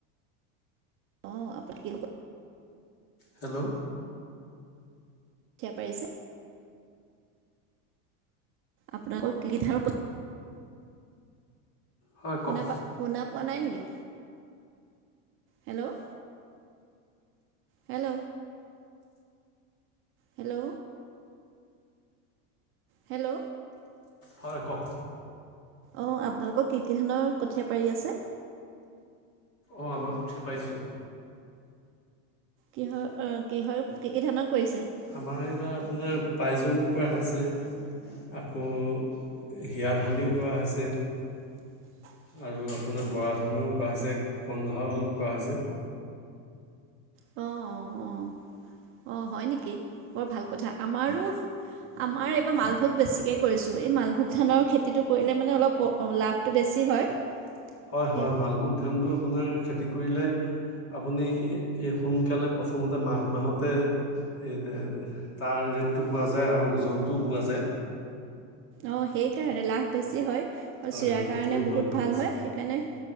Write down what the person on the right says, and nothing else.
অ <inaudible>
ঠিয়া পাৰিছে। আপোনালোকৰ কি কি ধানৰ ক।
শুনা পা শুনা পোৱা নাই নেকি হেল্ল'। হেল্ল'। হেল্ল'। হেল্ল'।
অ', আপোনালোকৰ কি কি ধানৰ কঠীয়া পাৰি আছে?
কিহৰ কিহৰ কি কি ধানৰ কৰিছে?
<unintelligible>
অ', অ', অ', অ', হয় নেকি বৰ ভাল কথা। আমাৰো আমাৰ এইবাৰ মালভোগ বেছিকে কৰিছোঁ, এই মালভোগ ধানৰ খেতিটো কৰিলে মানে অলপ লাভ তো বেছি হয়।
সেই
অ', সেইকাৰণে লাভ বেছি হয়, আৰু
চিৰা
কাৰণে বহুত
ভাল
হয় সেইকাৰণে